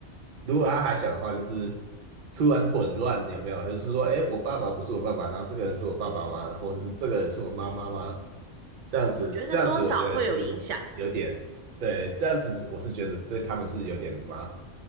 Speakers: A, on the right; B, on the right.
A: 如果他还小的话，就是突然混乱，有没有？就是说，哎，我爸爸不是我爸爸，然后这个人是我爸爸吗？或者是这个人是我妈妈吗？这样子，
B: 我觉得多少会有影响。
A: 这样子，我觉得是有点，对，这样子我是觉得对他们是有点麻烦